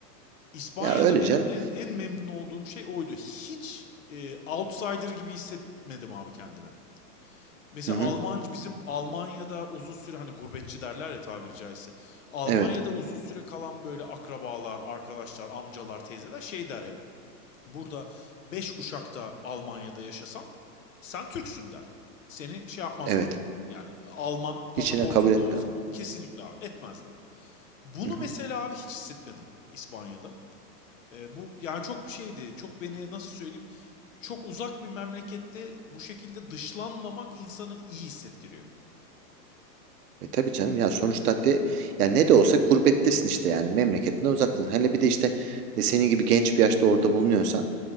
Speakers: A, on the left; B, on the right.
A: İspanya'da
B: Ya öyle
A: benim
B: canım.
A: en en memnun olduğum şey oydu. Hiç e, outsider gibi hissetmedim abi kendimi. Mesela
B: Hı hı.
A: Almancı bizim Almanya'da uzun süre hani gurbetçi derler ya tabiri caizse. Almanya'da
B: Evet.
A: uzun süre kalan böyle akrabalar, arkadaşlar, amcalar, teyzeler şey der hep. Burada beş kuşakta Almanya'da yaşasan sen Türksün der. Seni şey yapmazlar.
B: Evet.
A: Yani Alman pasaportun
B: İçine kabul etme.
A: da olsa kesinlikle abi etmezler. Bunu
B: Hı hı.
A: mesela abi hiç hissetmedim İspanya'da. E, bu yani çok bir şeydi. Çok beni nasıl söyleyeyim? Çok uzak bir memlekette bu şekilde dışlanmamak insanı iyi hissettiriyor.
B: E tabii canım ya sonuçta de ya ne de olsa gurbettesin işte yani memleketinden uzaktın. Hele bir de işte e, senin gibi genç bir yaşta orada bulunuyorsan